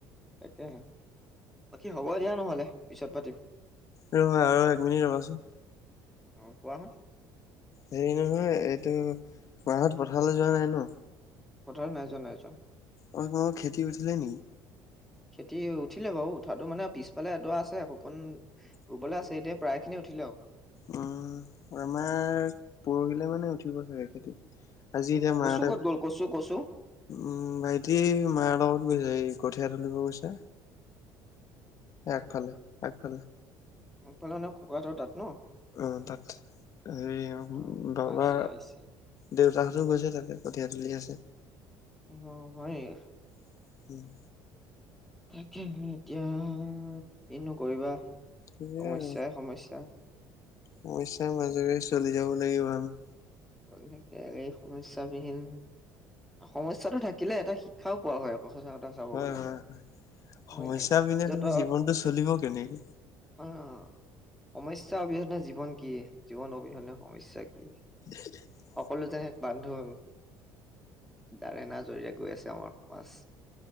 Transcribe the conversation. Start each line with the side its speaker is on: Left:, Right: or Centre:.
Centre: তাকে বাকী হ'ব দিয়া নহ'লে পিছত পাতিম
Left: ৰ আৰু এক মিনিট ৰবাচোন
Centre: অ', কোৱা
Left: হেৰি নহয় এইটো মাহত পথাৰলৈ যোৱা নাই ন
Centre: পথাৰ নাই যোৱা, নাই যোৱা।
Left: অ', কোনোব ক্ষতি উঠছিলে নেকি?
Centre: খেতি উঠিলে বাৰু উঠাতটো মানে পিছফালে এ আছে। শুকণ ৰুবলৈ আছে এতিয়া প্ৰায়খিনি উঠিলে আৰু
Left: উম আমাৰ পৰহিলে মানে উঠিব চাগে খেতি আজি
Centre: উম
Left: এতিয়া মাহঁতে
Centre: কছু ক'ত গ'ল কছো কছু
Left: উম ভাইটি মাৰ লগত গৈছা এই কঠীয়া তোলিব গৈছা একফালে একফালে
Centre: ফালে নে ককাহাতৰ তাত ন
Left: অ', তাত এই
Centre: অ
Left: বাবা
Centre: আহিছে আহিছে
Left: দেউতাহঁতো গৈছে তাতে কঠিয়া তুলি আছে।
Centre: অ', হয়।
Left: <inaudible>
Centre: তাকে এতিয়া কিনো কৰিবা সমস্যয়াই
Left: সেয়াই আৰু
Centre: সমস্যা
Left: সমস্যাৰ মাজেৰে চলি যাব লাগিব আমি
Centre: এনেকে এই সমস্যা বিহীন সমস্যাটো থাকিলে এটা শিক্ষাও পোৱা হয় আকৌ সঁচা কথা চাব
Left: হয়,
Centre: গ'লে
Left: হয়, হয়, সমস্যা
Centre: হয় নাই
Left: পিনে
Centre: যত
Left: তুমি জীৱনতটো চলিব কেনেকে
Centre: অ', সমস্যা অবিহনে জীৱন কি? জীৱন অবিহনে সমস্যয়া কি?
Left: <inaudible>
Centre: সকলো জনে বান্ধোন ডাৰে ন জৰিৰে গৈ আছে। আমাৰ সমাজ